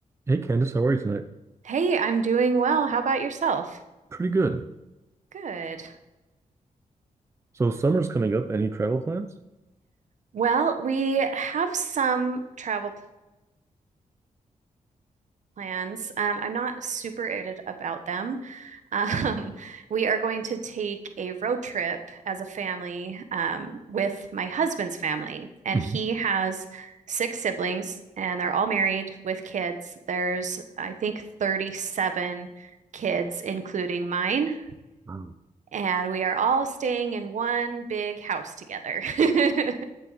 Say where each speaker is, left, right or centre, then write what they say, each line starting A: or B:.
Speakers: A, on the right (about 20°); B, on the right (about 60°).
A: Hey Candice, how are you tonight?
B: Hey, I'm doing well. How about yourself?
A: Pretty good.
B: Good.
A: So summer's coming up. Any travel plans?
B: Well, we have some travel plans. Um, I'm not super excited about them. Um, <laughs> we are going to take a road trip as a family um, with my husband's family, and
A: Mhm.
B: he has six siblings, and they're all married with kids. There's, I think, 37 kids, including mine.
A: Wow.
B: and we are all staying in one big house together. <laughs>